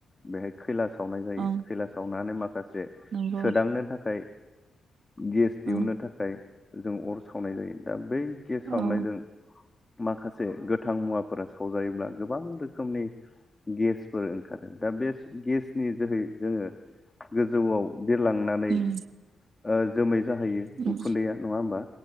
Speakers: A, on the left (about 25°); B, on the right (about 70°).
A: बेहाय खैला सावनाय जायो
B: ओं
A: खैला सावनानै मा खासे
B: नंगौ
A: सोदांनो थाखाय गेस दिहुनन्नो
B: ओं
A: थाखाय जों अर सावनाय जायो दा बै गेस सावनायजों
B: औ।
A: माखासे गोथां मुवाफोरा सावजायोब्ला गोबां रोखोमनि गेसफोर ओंखारो दा बे गेसनि जोहै जोङो गोजौआव बिरलांनानै
B: उम
A: ओ जोमै जाहैयो
B: उम
A: उखुन्दैया नङा होमबा?